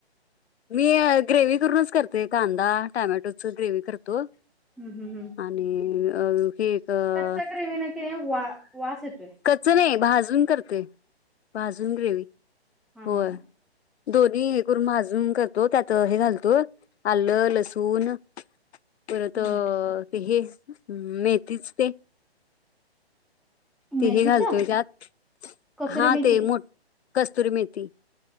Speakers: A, on the left; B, in the centre.
A: मी ग्रेव्ही करूनच करते. कांदा, टमॅटोचं ग्रेव्ही करतो.
B: हम् हम् हम्
A: आणि अ हे अ,
B: कच्चा ग्रेव्हि निका वा वास येतो.
A: कच्च नाही भाजून करते भाजून ग्रेव्ही
B: हा
A: होय.
B: हा हा
A: दोन्ही हे करून भाजून करतो त्यात हे घालतो आलं लसूण परत
B: हम्म
A: ते हे मेथितीच ते तीही
B: मेथीच?
A: घालतोय त्यात
B: कसुरी
A: हा
B: मेथी.
A: ते मो कस्तुरी मेथी